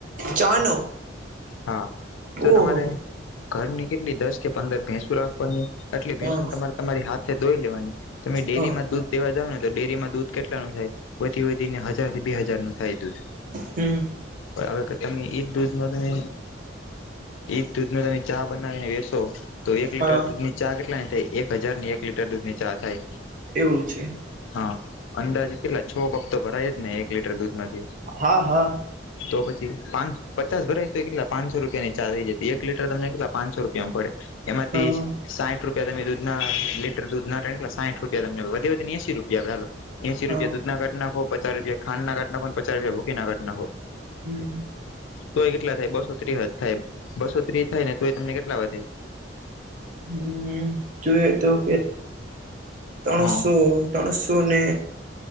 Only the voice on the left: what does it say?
હા જો
તમારે ઘરની કેટલી દસ કે પંદર ભેંસુ રાખવાની આટલી ભેંસુ
તમારે તમારી હાથે ધોઈ લેવાની તમે ડેરીમાં
દૂધ દેવા જાવ ને તો ડેરીમાં દૂધ કેટલાનું થાય વધી વધીને હજા હજાર થી બે હજાર નું થાય દૂધ
પણ હવે એજ દૂધ ન તમે ઈદ દૂધ નુ તમે ચા બનાવીને વેસો તો એક લીટર
દૂધ ની ચા કેટલાની થાય એક હજાર ની એક લીટર દૂધ ની ચા થાય.
હા અંદાજ કેટલા છ કપ તો ભરાય જ ને એક લીટર દૂધમાંથી.
તો પછી પાંચ પચાસ ભરાય તો કેટલા પાંચસો રૂપિયા ની ચાર થઈ જતી એક લીટર તમને કેટલા પાંચસો રૂપિયામાં પડે. એમાંથી
સાહીઠ રૂપિયા તમે દૂધ ના લીટર દૂધ ના કેટલા સાઠ રૂપિયા ત વધી એસી રૂપિયા એસી
રૂપિયા દૂધના કાઢી નાંખો પચાસ રૂપિયા ખાંડ ના ઘાટના પણ પચ રપિયા ભૂખકી ના ઘાટનાખો.
તોય કેટલા થાય બસો ત્રીહજ થાય બસો ત્રીસ થાય ને તોય તમને કેટલા વધે
હા